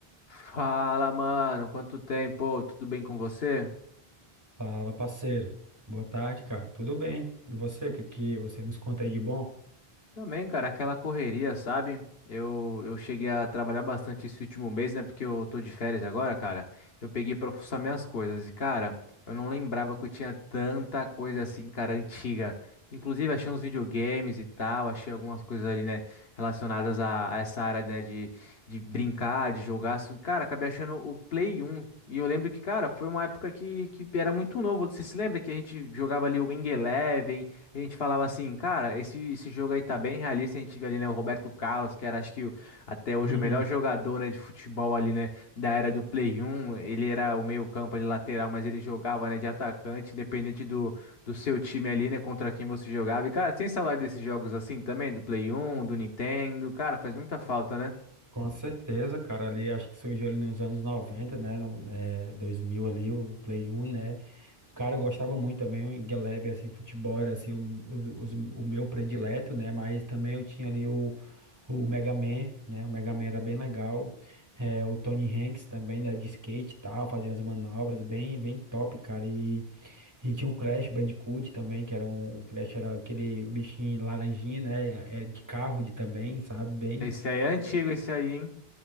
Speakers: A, on the left; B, on the right.
A: Fala, mano, quanto tempo? Tudo bem com você?
B: Fala, parceiro. Boa tarde, cara. Tudo bem? E você? O que que você nos conta aí de bom? <laughs>
A: Também, cara, aquela correria, sabe? Eu, eu cheguei a trabalhar bastante esse último mês, né? Porque eu tô de férias agora, cara. Eu peguei pra fuçar minhas coisas. E, cara, eu não lembrava que eu tinha tanta coisa assim, cara, antiga. Inclusive, achei uns videogames e tal. Achei algumas coisas ali, né? Relacionadas a, a essa área, né? De, de brincar, de jogar. Só que, Cara, acabei achando o Play 1. E eu lembro que, cara, foi uma época que, que era muito novo. Você se lembra que a gente jogava ali o Wing Eleven? A gente falava assim, cara, esse, esse jogo aí tá bem realista. A gente vê ali, né, o Roberto Carlos, que era, acho que, o- até hoje
B: Uhum.
A: o melhor jogador, né, de futebol ali, né, da era do Play 1. Ele era o meio-campo ali, lateral, mas ele jogava, né, de atacante, independente do, do seu time ali, né, contra quem você jogava. E, cara, tem saudade desses jogos assim também, do Play 1, do Nintendo. Cara, faz muita falta, né?
B: Com certeza, cara. Ali acho que surgiu ali nos anos noventa né? na- É, 2000 ali, o Play 1, né? Cara, eu gostava muito também. O Ingeleve, assim, futebol era assim, o, o, os- o meu predileto, né? Mas também eu tinha ali o, o Mega Man, né? O Mega Man era bem legal. É, o Tony Hanks também, né? De skate e tal, fazia as manobras bem, bem top, cara. E tinha um Crash Bandicoot também, que era um. O Crash era aquele bichinho laranjinha, né? É de carro de também, sabe? Bem,
A: Esse aí é antigo,
B: bem.
A: esse aí, hein?